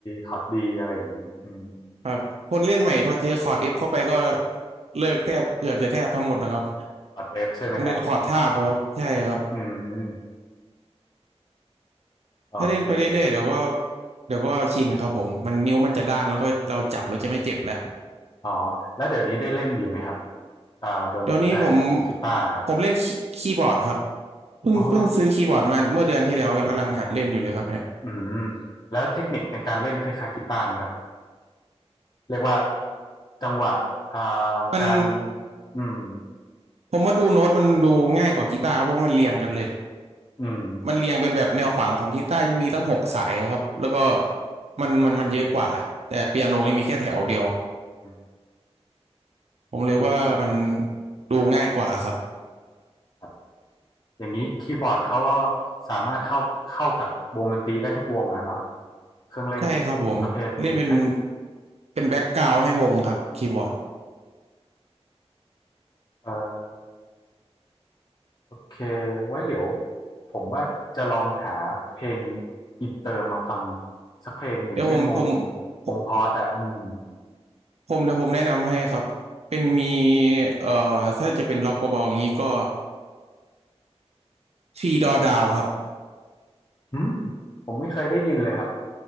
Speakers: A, on the left; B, on the right.
A: คอร์ดดีอะไรอย่างนี้อืม
B: ครับคนเล่นใหม่พอเจอคอร์ดเอฟเข้าไปก็เลิกแทบเกือบจะแทบทั้งหมดนะครับ
A: คอร์ดเอฟใช่ไหมฮะ
B: มันเป็นคอร์ดทาบครับใช่ครับ
A: อืมโอเค
B: ถ้าเล่นไปเรื่อยๆเดี๋ยวก็เดี๋ยวก็ชินครับผมมันนิ้วมันจะด้านแล้วก็เราจับเราจะไม่เจ็บแล้ว
A: อ๋อแล้วเดี๋ยวนี้ได้เล่นอยู่ไหมครับอ่าดนเอ่อกีตาร์ครับ
B: เดี๋ยวนี้ผมผมเล่นคีคีย์บอร์ดครับเพิ่งเพิ่งซื้อคีย์บอร์ดมาเมื่อเดือนที่แล้วยังกำลังหัดเล่นอยู่เลยครับเนี่ย
A: อ๋ออืมแล้วเทคนิคในการเล่นคล้ายๆกีตาร์ไหมครับเรียกว่าจังหวะอ่าการ
B: มัน
A: อืม
B: ผมว่าดูโน้ตมันดูง่ายกว่ากีตาร์ครับเพราะว่ามันเรียงกันเลย
A: อืม
B: มันเรียงเป็นแบบแนวขวางของกีตาร์จะมีตั้งหกสายครับแล้วก็
A: ครับ
B: มันมันมันเยอะกว่าแต่เปียโนนี่มีแค่แถวเดียว
A: อืมอืม
B: ผมเลยว่ามัน
A: โอเค
B: ดูง่ายกว่าครับ
A: ครับอย่างนี้คีย์บอร์ดเขาก็สามารถเข้าเข้ากับวงดนตรีได้ทุกวงอะเนาะเครื่องเล่น
B: ใช่ครับผมเล่นเป็น
A: ประเภทนี้ครับ
B: เป็นแบ็กกราวด์ให้วงครับคีย์บอร์ด
A: เอ่อ โอเคไว้เดี๋ยวผมว่าจะลองหาเพลงอินเตอร์มาฟังสักเพลงอย่างเช่นวง
B: เดี๋ยวผมผมผม
A: วงพอดอ่ะอืม
B: ผมเดี๋ยวผมแนะนำให้ครับเป็นมีเอ่อถ้าจะเป็นล็อกเบาๆอย่างนี้ก็ทีดอดาวครับ
A: หืมผมไม่เคยได้ยินเลยครับ